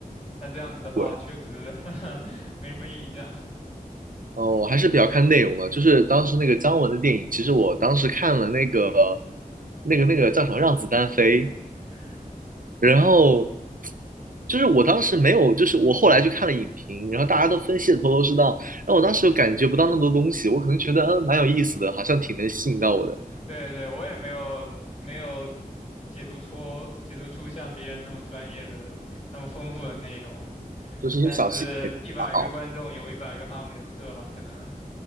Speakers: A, on the left; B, on the right.
A: 那这样子的话，
B: 对，
A: 确实 <laughs> 没什么印象。
B: 呃，我还是比较看内容的，就是当时那个姜文的电影，其实我当时看了那个、那个、那个叫什么《让子弹飞》，
A: 嗯，
B: 然后就是我当时没有，就是我后来去看了影评，然后大家都分析的头头是道，然后我当时又感觉不到那么多东西，我可能觉得嗯蛮有意思的，好像挺能吸引到我的，
A: 对对，我也没有没有解读出解读出像别人那么专业的、那么丰富的内容。
B: 就是一些小细节啊好，
A: 但是，一百个观众有一百个哈姆雷特吧，可能。